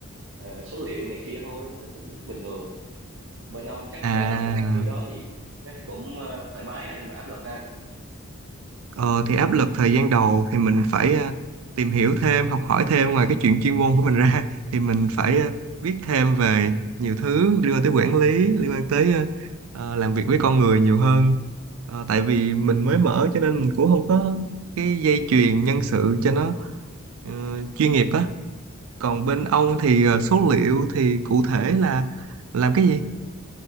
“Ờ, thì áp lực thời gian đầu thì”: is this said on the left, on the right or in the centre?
Right